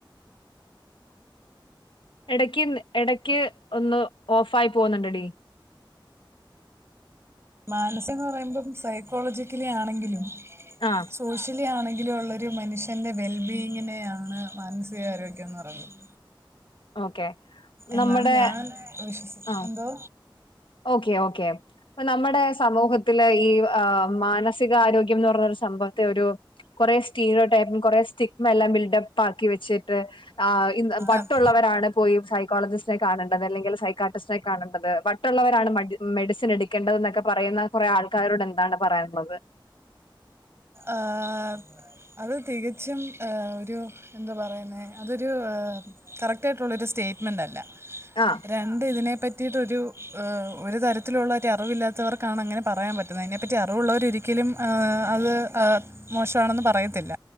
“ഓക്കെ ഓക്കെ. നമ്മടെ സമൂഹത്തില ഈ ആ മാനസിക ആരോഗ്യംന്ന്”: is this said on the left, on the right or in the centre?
Left